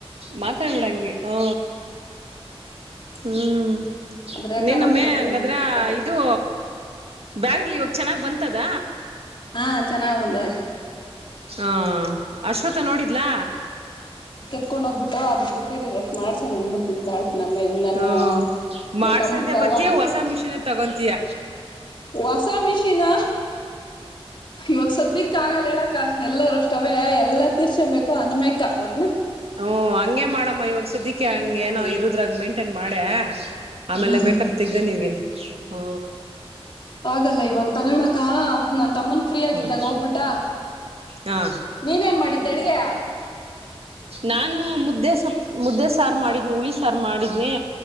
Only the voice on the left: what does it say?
ಅದ್ ರೆಕಾರ್ಡ್
ಆಗ್ತದ
ಏನಂತ ಗೊತ್ತಾಗಲ್ಲ
ಹಾ ಚೆನ್ನಾಗ್ ಬಂದವ
ತೊಗೊಂಡು ಡುಹೋಗ್ಬಿಟ್ರಾ ಅದ್ರೆ <unintelligible> ಪೇರ್ ಅಷ್ಟ್ ಮಾಡ್ಸ ಬಂದಬಿಡ್ತ ತಾಳ್ಸ ನೇ ನನ್ನ
ನನ್
ಯಜಮಾನ್ ತಮ್ಮನ್ಕ ಯಾವಾಗ
ವಾಸ ಮಿಷಿನ ಇವಾಗ ಸದ್ಯಕ್ ಆಗಲ್ಲ ಹೇಳಕ್ಕ ಎಲ್ಲರೂ ಅಷ್ಟು ಎಲ್ಲಾ ತೀರ್ಸಕೊಬೇಕು ಅನುಮೇಕ ಒಟ್ಟ
ಹ್ಮ್
ಹ್ಮ್
ಆಲ್ಲ ಇವಾಗ ತಗೋಣಕ ನನ್ ತಮ್ಮನ್ ಫ್ರೀ ಆಗಿದ್ದಾಗ
ಹೋಗ್ಬಿಟ್ಟ
ನೀನ್ ನೇನ ಮಾಡಿದ್ದೆ ಅಡ್ಗೆ